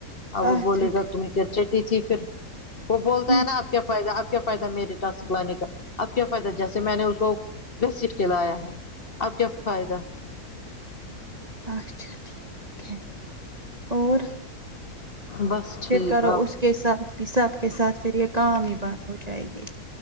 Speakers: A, on the left; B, on the right.
A: اب وہ
B: اچھا
A: بولے گا تمہیں چ چٹی تھی پھر وہ بولتا
B: ٹھیک،
A: ہے نا آپ کیا فائدہ اب اب کیا فائدہ میرے ٹاسک لانے کا اب کیا فائدہ جیسے میں نے اس کو گھسیٹ کے لایا ہے اب کیا فائدہ
B: اچھا ٹھیک ہے اور
A: بس
B: پھر
A: ٹھیک
B: کرو اس کے ساتھ بھی سب کے ساتھ پھر یہ کام ہی بند ہو جائے گی